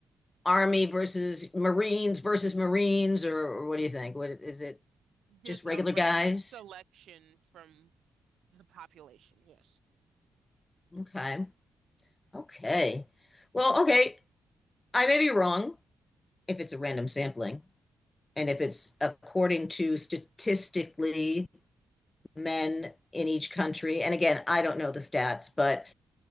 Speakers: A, on the left; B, on the right.
A: Army versus Marines versus Marines, or, or what do you think? What is it?
B: Just
A: Just regular
B: a random
A: guys?
B: selection from the population. Yes.
A: Okay. Okay. Well, okay. I may be wrong if it's a random sampling. And if it's according to statistically men in each country, and again, I don't know the stats, but